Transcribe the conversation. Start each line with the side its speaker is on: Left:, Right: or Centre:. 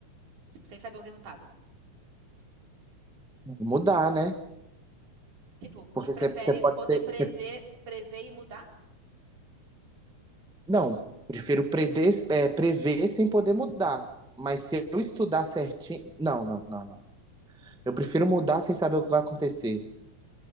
Right: Tipo, sem saber o resultado.
Centre: Mudar, né?
Right: Tipo, você
Centre: Porque
Right: prefere
Centre: você você pode
Right: poder
Centre: ser,
Right: prever,
Centre: você
Right: prever e mudar?
Centre: Não, prefiro preder- é, prever sem poder mudar. Mas se eu estudar certinho. Não, não, não, não. Eu prefiro mudar sem saber o que vai acontecer.